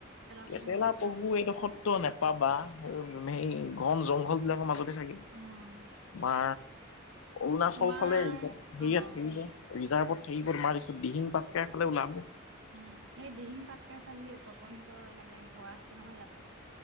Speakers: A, on the right; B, on the left.
A: পহু
B: কেটেলা
A: নে কেটলা
B: পহু এইডখৰতটো নে বা বাঁহ, হেই ঘন জংঘলবিলাকৰ মাজতে থাকে
A: উম
B: বা অৰুণাচল
A: তোমাৰ
B: ফালে দেখিছা হেৰিয়াত
A: অ অ।
B: হেৰি যে ৰিজাৰ্ভত থাকিব তোমাৰ পিছত দিহিং পাটকাই ফালে ওলাব।
A: উম সেই দিহিং পাটকাই ফাল দিয়ে তপন বৰাৰ মানে ঘৰ আছে নহয় জানো?